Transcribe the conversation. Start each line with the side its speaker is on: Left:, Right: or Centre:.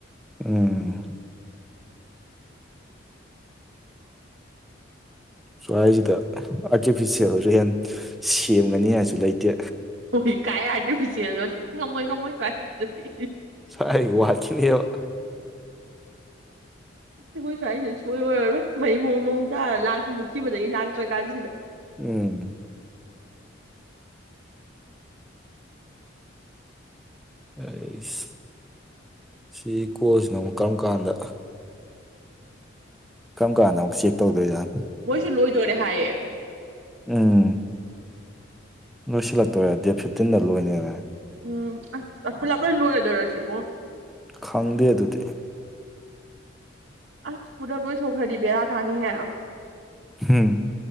Centre: ꯎꯝ ꯁ꯭ꯋꯥꯏꯁꯤꯗ ꯑꯥꯔꯇꯤꯐꯤꯁꯦꯜ ꯔꯦꯟ ꯁꯦꯝꯒꯅꯤ ꯍꯥꯏꯁꯨ ꯂꯩꯇꯦ
Right: ꯍꯣꯏ ꯀꯥꯏ ꯑꯔꯇꯤꯐꯤꯁꯦꯜ ꯅꯣ ꯉꯃꯣꯏ ꯀꯃꯣꯏ ꯁ꯭ꯋꯥꯏꯁꯤꯗꯗꯤ <inaudible>
Centre: ꯁ꯭ꯋꯥꯏ ꯋꯥꯠꯈꯤꯅꯦꯕ
Right: ꯑꯩꯈꯣꯏ ꯁ꯭ꯋꯥꯏꯁꯤ ꯁꯨꯛꯑꯣꯏ ꯑꯣꯏꯔꯔꯣꯏ ꯃꯩꯕꯣ ꯅꯣꯡ ꯇꯥꯔ ꯂꯥꯛꯈꯤ ꯃꯨꯠꯈꯤꯕꯗꯩꯩ ꯂꯥꯛꯇ꯭ꯔꯀꯥꯟ ꯁꯤꯗ
Centre: ꯎꯝ ꯑꯩꯁ ꯁꯤ ꯀꯣꯜꯁꯤꯅ ꯑꯃꯨꯛ ꯀꯔꯝ ꯀꯥꯟꯗ ꯀꯔꯝ ꯀꯥꯟꯗ ꯑꯃꯨꯛ ꯆꯦꯛ ꯇꯧꯗꯣꯏ ꯖꯠꯅꯣ
Right: ꯃꯣꯏꯁꯦ ꯂꯣꯏꯗꯣꯔꯦ ꯍꯥꯏꯌꯦ
Centre: ꯎꯝ ꯂꯣꯏ ꯁꯤꯜꯂꯛꯇꯣꯔꯦ ꯗꯦꯠ ꯐꯤꯞꯇꯤꯟꯗ ꯂꯣꯏꯅꯦ
Right: ꯎꯝ ꯑꯁ ꯄꯨꯂꯞ ꯂꯣꯏ ꯂꯣꯏꯔꯗꯣꯏꯔꯣ ꯁꯤꯕꯨ
Centre: ꯈꯪꯗꯦ ꯑꯗꯨꯗꯤ
Right: ꯑꯁ ꯄꯨꯂꯞ ꯂꯣꯏꯊꯣꯛꯈ꯭ꯔꯗꯤ ꯕꯦꯔꯥ ꯀꯥꯅꯤꯍꯦ
Centre: ꯍꯝ